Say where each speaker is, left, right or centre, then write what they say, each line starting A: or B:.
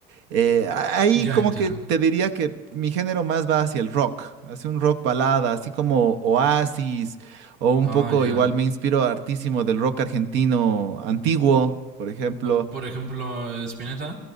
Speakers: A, on the right; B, on the right.
A: Eh, a- ahí
B: Ya
A: como
B: entiendo.
A: que te diría que mi género más va hacia el rock, hacia un rock balada, así como Oasis, o un
B: Ah,
A: poco
B: ya.
A: igual me inspiro hartísimo del rock argentino antiguo, por ejemplo.
B: O, Por ejemplo, Spinetta.